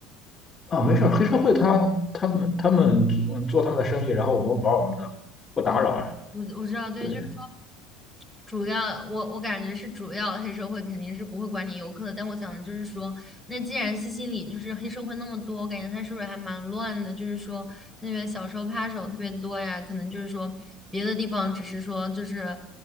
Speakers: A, on the left; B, in the centre.
A: 啊，没事儿，黑社会他他们他们嗯做他们的生意，然后我们玩我们的，不打扰啊。
B: 啊，我我知道，对，
A: 对
B: 就是。说。主要我我感觉是主要黑社会肯定是不会管你游客的，但我想的就是说，那既然西西里就是黑社会那么多，我感觉它是不是还蛮乱的？就是说那边小偷扒手特别多呀，可能就是说别的地方只是说就是